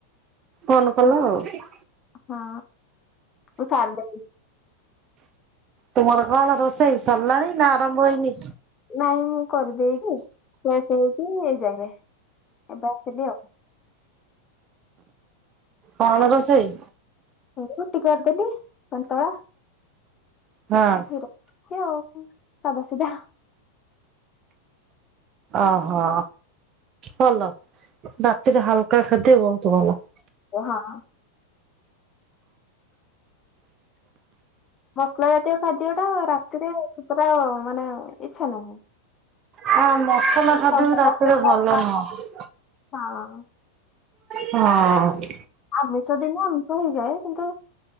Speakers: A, on the right (about 30°); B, on the left (about 25°).
A: ଫୋନ କଲ
B: ଉଁ,
A: ଆଉ।
B: ହଁ ମୁଁ ସାର ଦେଚି।
A: ତୁମର କଣ ରୋଷେଇ ସରିଲାଣି ନା ଆରମ୍ଭ ହେଇନି?
B: ନାଇଁ ମୁଁ କରିଦେଇକିସ ଫ୍ରେସ୍ ହେଇକି ଏଇ ଯାଙ୍କେ ଏବେ ଆସିଲି ଆଉ।
A: କଣ ରୋଷେଇ?
B: କୁଟି କାଟ୍ ଦେଲି ସନ୍ତଳା କ୍ଷୀର
A: ହଁ
B: ଏମ୍ତି ଆଉ ସାଧା ସିଧା।
A: ଓହୋ ଭଲ ରାତିରେ ହାଲକା ଖାଦ୍ୟ ବୋହୁତ ଭଲ।
B: ହଁ। ମସଲା ଜାତୀୟ ଖାଦ୍ୟ ଟା ରାତିରେ ପୁରା ମାନେ ଇଚ୍ଛା ନାହିଁ।
A: ହଁ ମସଲା ଖାଦ୍ୟ
B: ସନ୍ତୁଳା
A: ରାତିରେ
B: ହଉ,
A: ବି
B: ପରମା-
A: ଭଲ ନୁହଁ।
B: ହଁ
A: ହଁ।
B: ଆମେ ସେ ଦିନ ଆମିଷ ହେଇଯାଏ କିନ୍ତୁ